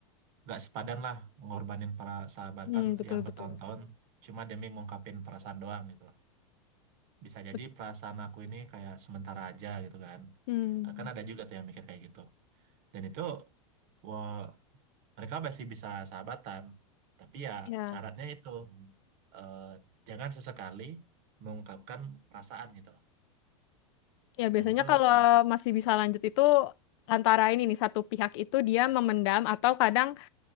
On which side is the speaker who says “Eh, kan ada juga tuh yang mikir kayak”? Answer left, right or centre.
Right